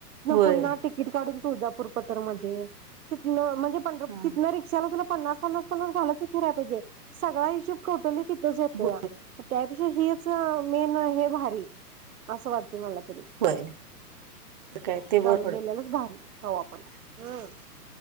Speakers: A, on the right; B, on the right.
A: होय
B: पुन्हा तिकीट काढून तुळजापूर पतर मध्ये तितन म्हण पंढरपूर
A: हा
B: तिन रिक्षाला तुला पन्नास, पन्नास, पन्नास घालत फिरायला पाहिजे सगळा हिशोब टोटली तिथच होतोया
A: हो
B: त्यापेक्षा हीच मेन हे भारी असं वाटते मला तरी
A: होय काय ते बर
B: गेल्यालाच भारी कवा पण हम्म